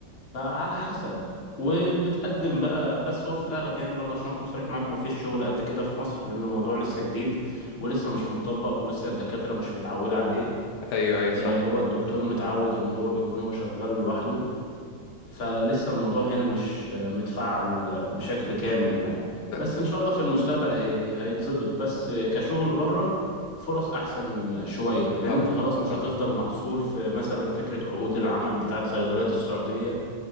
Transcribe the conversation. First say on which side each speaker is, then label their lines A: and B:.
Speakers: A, on the left; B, on the left.
A: فعلى حسب وبتقدم بقى بس هو في الاغلب يعني برضه عشان اكون صريح معاك مفيش شغل قد كده في مصر لان الموضوع لسه جديد ولسه مش متطبق ولسه الدكاتره مش متعوده عليه
B: ايوه ايوه صح
A: آه، هو الدكتور متعود ان هو بيكون هو شغال لوحده فلسه الموضوع هنا مش آه، متفعل آه، بشكل
B: امم
A: كامل يعني
B: لا
A: بس ان شاء الله في المستقبل هي... هيتظبط بس آه، كشغل بره فرص احسن شويه لان
B: طبعا
A: انت خلاص مش
B: طبعا
A: هتفضل محصور في مثلا فكره عقود العمل بتاعت صيدليات السعوديه